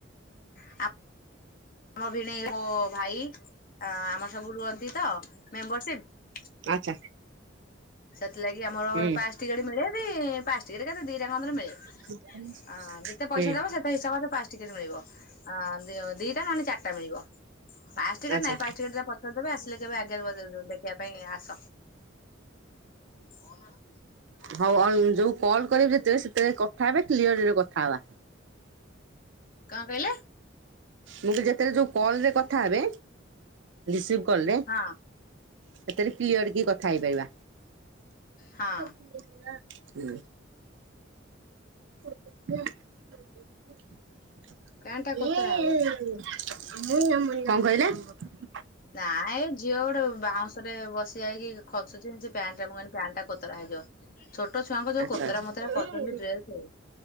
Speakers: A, on the left; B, on the right.
A: ଆମ ଆମ ଭିଣେଇ ମୋ ଭାଇ ଆମର ସବୁ ରୁହନ୍ତି ତ, ମେମ୍ବରସିପ।
B: ଆଚ୍ଛା।
A: ସେଥିଲାଗି ଆମର
B: ହୁଁ
A: ପାସ୍ ଟିକେଟ ମିଳେ ବି ପାସ୍ ଟିକେଟ କେତେ ଦିଟା କନ୍ଦରେ ମିଳେ।
B: <unintelligible>
A: ଅ ଯେତେ ପଇସା
B: ହୁଁ।
A: ଦେବ ସେତେ ହିସାବରେ ପାଞ୍ଚ ଟିକେଟ ମିଳିବ ଅଁ ଦିଟା ନହେଲେ ଚାରଟା ମିଳିବ। ପାସ୍ ଟିକେଟ
B: ଆଚ୍ଛା
A: ନାଇଁ ପାସ୍ ଟିକେଟ ଟା ପଛରେ ଦେବେ ଆସିଲ କହିବେ ଆଗରେ ଦେଖିବା ପାଇଁ ଆ ସ କହୁନ କଣ?
B: ହଉ ଆଉ ଯୋଉ କଲ୍ କରିବି ଯେତବେଳେ ସେତେବେଳେ କଥା ହେବେ କ୍ଲିୟରରେ କଥା ହେବା।
A: କଁ କହିଲେ?
B: ମୁଁ ଯେତେବେଳେ ଯୋଉ କଲରେ କଥା ହେବେ ରିସିଭ କଲରେ
A: ହଁ
B: ସେଥିରେ କ୍ଲିୟର କି କଥା ହେଇପାରିବା।
A: ହଁ
B: ହ ଇଏ ଇ।
A: ପ୍ୟାଣ୍ଟ ଟା କୋତରା
B: ମୁଁ
A: ହବ
B: କଣ କହିଲେ?
A: ନାଇଁ ଏ ଝିଅ ଗୋଟେ ବାଉଁଶ ରେ ବସି ଯାଇକି ଖସୁଚି। ପ୍ୟାଣ୍ଟ ଟା ମୁଁ ଭାବିଲି ପ୍ୟାଣ୍ଟ ଟା କୋତରା ହେଇଯିବ ଛୋ ଛୋଟ ଛୁଆଙ୍କ ଯୋଉ
B: ଆଚ୍ଛା
A: କୋତରା
B: ଆଚ୍ଛା।
A: ମୋତରା
B: ହଁ
A: କରୁଚନ୍ତି ଡ୍ରେସେ।